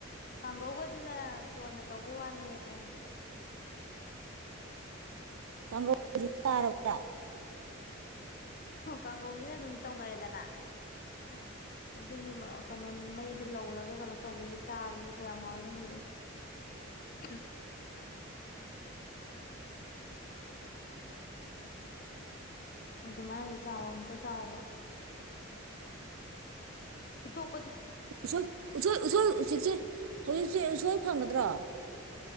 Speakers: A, on the left; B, on the right.
A: ꯀꯥꯡꯒꯧ ꯒꯁꯤꯅ ꯀꯣꯟꯅ ꯇꯧꯕꯩ ꯋꯥꯅꯦ ꯑꯦ
B: <unintelligible>
A: ꯍꯨ <unintelligible> ꯀꯥꯡꯉꯧꯖꯤꯅ ꯑꯗꯨꯝ ꯇꯧꯅꯔꯦꯗꯅ ꯑꯁ ꯑꯗꯨꯒꯤꯃꯑꯣ <unintelligible> ꯀꯅꯣꯟ ꯃꯩꯗ ꯂꯧꯔꯒ ꯀꯅꯣ ꯇꯧꯕꯒꯤ ꯆꯥꯕꯁꯤ <unintelligible> ꯀꯌꯥꯝ ꯍꯥꯎꯏ ꯈꯪꯗ꯭ꯔꯤ ꯑ ꯍꯩ <unintelligible> ꯑꯗꯨꯃꯥꯏ ꯑꯝꯇ ꯆꯥꯎ ꯑꯝꯇ ꯆꯥꯑꯣꯕ꯫ ꯐꯨꯇꯣ <unintelligible>
B: ꯎꯁꯣꯏ ꯎꯁꯣꯏ-ꯎꯁꯣꯏ ꯎꯆꯦꯛꯁꯦ <unintelligible> ꯍꯧꯖꯤꯛꯁꯦ ꯎꯁꯣꯏ ꯐꯧꯒꯗ꯭ꯔꯣ꯫